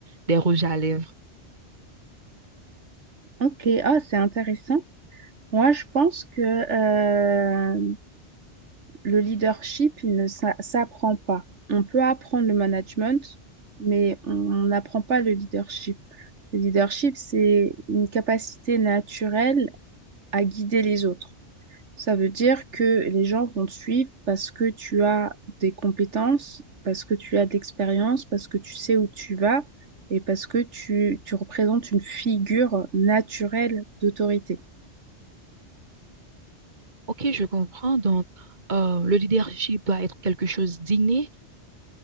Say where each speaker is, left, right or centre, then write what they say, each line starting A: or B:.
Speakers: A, on the right; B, on the right.
A: des rouges à lèvres.
B: Ok, ah, c'est intéressant. Moi, je pense que euh, le leadership, il ne s'a- s'apprend pas. On peut apprendre le management, mais on n'apprend pas le leadership. Le leadership, c'est une capacité naturelle à guider les autres. Ça veut dire que les gens vont te suivre parce que tu as des compétences, parce que tu as de l'expérience, parce que tu sais où tu vas et parce que tu, tu représentes une figure naturelle d'autorité.
A: Ok, je comprends. Donc, euh, le leadership doit être quelque chose d'inné